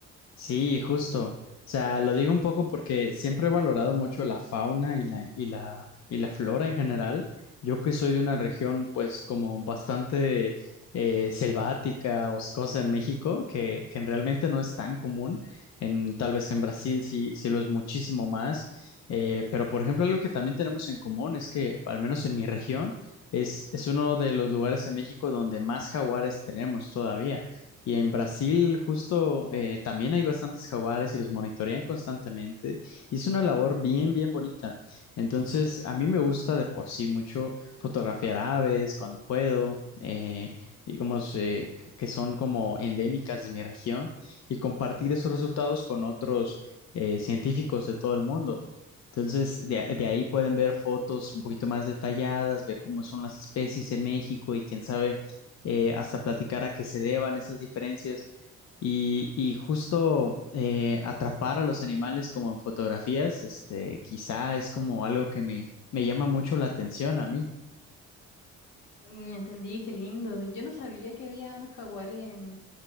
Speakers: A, on the left; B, on the left.
A: Sí, justo. O sea, lo digo un poco porque siempre he valorado mucho la fauna y la, y la, y la flora en general. Yo que soy de una región, pues, como bastante eh, selvática, oscosa en México, que, que realmente no es tan común. En, tal vez en Brasil sí, sí lo es muchísimo más. Eh, pero, por ejemplo, algo que también tenemos en común es que, al menos en mi región, es, es uno de los lugares en México donde más jaguares tenemos todavía. Y en Brasil justo eh, también hay bastantes jaguares y los monitorean constantemente y es una labor bien, bien bonita. Entonces, a mí me gusta de por sí mucho fotografiar aves cuando puedo, eh, digamos eh, que son como endémicas de mi región y compartir esos resultados con otros eh, científicos de todo el mundo. Entonces, de, de ahí pueden ver fotos un poquito más detalladas, ver cómo son las especies en México y quién sabe eh, hasta platicar a qué se deban esas diferencias y, y justo eh, atrapar a los animales como en fotografías, este, quizá es como algo que me, me llama mucho la atención a mí.
B: Mm, Entendí, qué lindo. Yo no sabía que habían jaguares